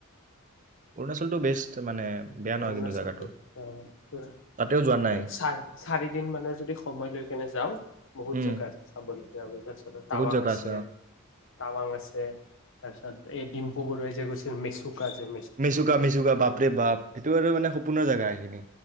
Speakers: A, on the right; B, on the left.
A: অৰুণাচলটো বেষ্ট মানে বেয়া নহয়
B: অৰুণাচল
A: কিন্তু জাগাটো
B: আহ
A: তাতেও যোৱা নাই
B: চ চাৰি দিন মানৰ যদি সময় লৈ কেনে যাও বহুত
A: উম
B: জোগা চাবলৈ যাব তাৰপিছত
A: বহুত
B: টাৱাং
A: জেগা
B: আছে
A: অ
B: টাৱাং আছে তাৰপিছত এই ডিম- পবৰ ৰইজ গৈছে মেচু কাজে -
A: মিচুকা মিচুকা বাপৰে বাপ সেইটো আৰু মানে সপোনৰ জেগা সেইখিনি।